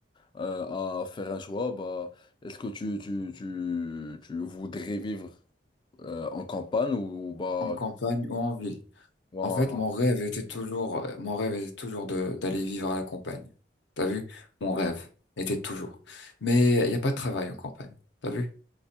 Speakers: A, on the left; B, on the left.
A: euh, à faire un choix, bah, est-ce que tu, tu, tu, tu voudrais vivre euh, en campagne ou, bah,
B: en campagne ou en ville.
A: tu- en-
B: En fait, mon rêve était toujours, euh, mon rêve était toujours de d'aller vivre à la campagne. T'as vu? Mon
A: ok.
B: rêve était toujours. Mais il n'y a pas de travail en campagne. T'as vu?